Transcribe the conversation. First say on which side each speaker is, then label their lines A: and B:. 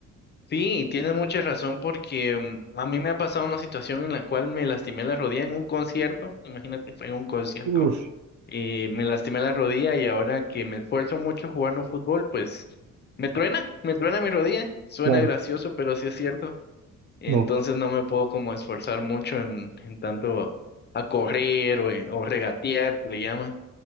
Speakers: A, on the left; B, on the right.
A: Sí, tienes mucha razón porque mm, a mí me ha pasado una situación en la cual me lastimé la rodilla en un concierto. Imagínate, fue en un concierto
B: Uf,
A: y me lastimé la rodilla y ahora que me esfuerzo mucho jugando fútbol, pues me truena, me truena mi rodilla. Suena
B: claro,
A: gracioso, pero sí es cierto. Entonces
B: no,
A: no me puedo como esforzar mucho en, en tanto a correr o, en- o regatear, que le llaman.